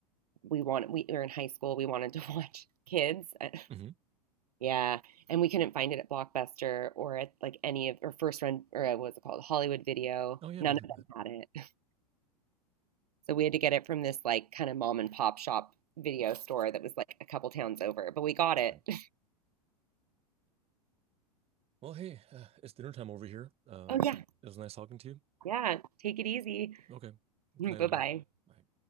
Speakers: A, on the right (about 70°); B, on the right (about 30°).
A: we wanted we were in high school, we wanted to <laughs> watch Kids. I
B: hmm
A: Yeah, and we couldn't find it at Blockbuster or at like any of or First Run or uh, what's it called? Hollywood Video.
B: Oh yeah,
A: None
B: we had
A: of them
B: that.
A: had it. <laughs> So we had to get it from this like kind of mom and pop shop video store that was like a couple towns over, but we got it.
B: Right.
A: <laughs>
B: Well, hey, uh, it's dinner time over here. Um,
A: Oh yeah.
B: it was nice talking to you.
A: Yeah, take it easy.
B: Okay.
A: <laughs>
B: Good
A: Bye-bye.
B: night, Emily. Bye.